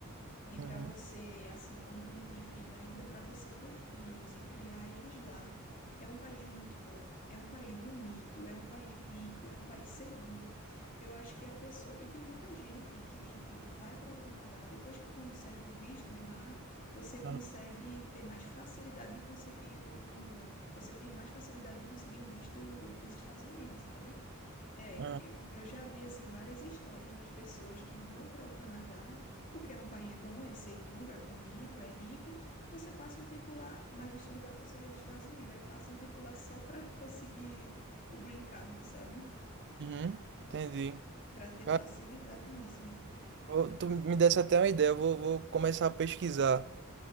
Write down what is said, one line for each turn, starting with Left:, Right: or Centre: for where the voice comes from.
Left: E
Right: Uhum.
Left: para você, assim como tu não tem filho ainda, para você ter filhos e criar eles lá, é um país muito bom, é um país bonito, é um país rico, é um país seguro. Eu acho que a pessoa. E tem muita gente que, tipo, vai para o Canadá, depois que consegue o visto de lá, você consegue
Right: Aham.
Left: ter mais facilidade de conseguir o. o- Você tem mais facilidade de conseguir o visto dos Estados Unidos, sabe? É,
Right: Ah,
Left: eu, eu já vi assim várias histórias das pessoas que vão para o Canadá porque é um país bom, é seguro, é bonito, é rico. Você passa um tempo lá, mas o sonho da pessoa é os Estados Unidos. Aí passa um tempo lá só para <laughs> conseguir o green card, sabe?
Right: uhum, entendi.
Left: Para ter
Right: Cara,
Left: facilidade nisso.
Right: eu- tu me desse até uma ideia, eu vou, vou começar a pesquisar